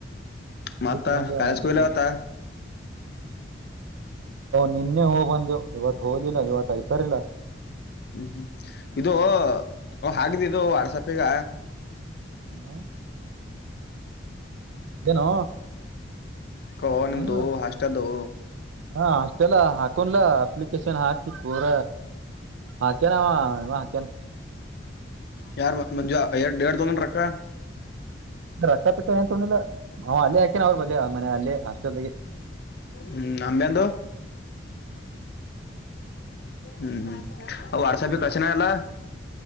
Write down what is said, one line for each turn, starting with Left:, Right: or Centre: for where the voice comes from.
Left: ಮತ್ತ
Right: ಬಿತ್ ಬಂದೆವು
Left: ಕಾಲ ಸ್ಕಲಾವತಾ <unintelligible>
Right: ನಿನ್ನೆ ಹೋಗ್ ಬಂದೆವು ಇವತ್ತು ಹೋದಿಲ್ಲ ಇವತ್ಐ್ತರಿಲ್ಲ
Left: ಹ್ಮ್ ಹ್ಮ್ ಇದು ಹಾಗಿದ್ದಿದದು ವಾಟ್ಸಪ್ ಈಗ
Right: ಹ್ಮ ಏನೋ
Left: ಕ ನಿಮ್ದು
Right: ಏನು
Left: ಹಷ್ಟದು
Right: ಹಾ ಆಷ್ಟೆಲ್ಲ ಹಾಕೊಂಡ್ಲಾ ಅಪ್ಲಿಕೇಶನ್ ಹಾಕಿ ಪೂರ ಹಾಕನ ಹಕನ
Left: ಯಾರು ಮಂಜು ಯಟ್ ತೋಗೊಂಡಾನ ರಕ್ಕಾ
Right: ರಕ್ಕ ತಕ್ಕ ಏನ್ ತಿಲ್ಲ ನ್ ಅಲ್ಲೇ ಹಾಕೇನ ಅವ್ರ ಬಿಲಿ ಮನೆ ಅಲ್ಲೇ ಹಸ್ಟೆಲ್ಗೆ
Left: ಹ್ಮ್ ಅಂಬ್ಯಂದು ಹ್ಮ್ ಹ್ಮ್ ವಾಟ್ಸಾಪ್ ಕಳಸಿನವೆಲ್ಲ